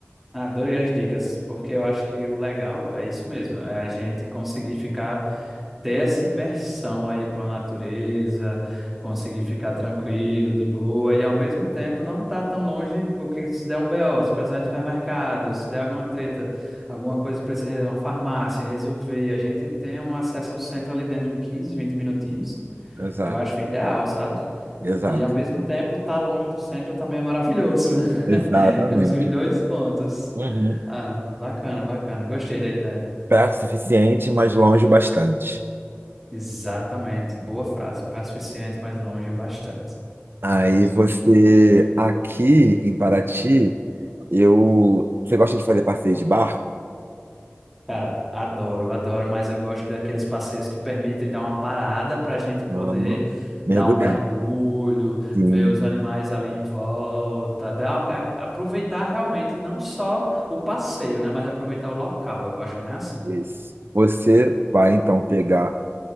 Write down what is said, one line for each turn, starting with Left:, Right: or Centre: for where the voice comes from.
Centre: Ah, Adorei as dicas, porque eu acho que o legal é isso mesmo, é a gente conseguir ficar, ter essa imersão aí com a natureza, conseguir ficar tranquilo, de boa, e ao mesmo tempo não tá tão longe, porque se der um BO, se precisar ir no supermercado, se der alguma treta, alguma coisa precisa resolver uma farmácia, resolver, a gente tem um acesso ao centro ali dentro de 15, 20 minutinhos,
Right: Exato,
Centre: eu acho ideal, sabe?
Right: exato,
Centre: E ao mesmo tempo, estar longe do centro também é maravilhoso. <laughs>
Right: exatamente.
Centre: Temos os dois pontos.
Right: Uhum.
Centre: Ah, bacana, bacana. Gostei da ideia.
Right: Perto o suficiente, mas longe o bastante.
Centre: Exatamente. Boa frase. Passo suficiente, mas longe o bastante.
Right: Aí você, aqui em Paraty, eu. Você gosta de fazer passeio de barco?
Centre: Cara, adoro, adoro, mas eu gosto daqueles passeios que permitem dar uma parada para a gente poder
Right: Não, não. Mergulhando.
Centre: dar um mergulho,
Right: Sim.
Centre: ver os animais ali em volta, dar, uma- a- aproveitar realmente não só o passeio, né, mas aproveitar o local. Eu gosto quando é assim.
Right: Isso. Você vai então pegar,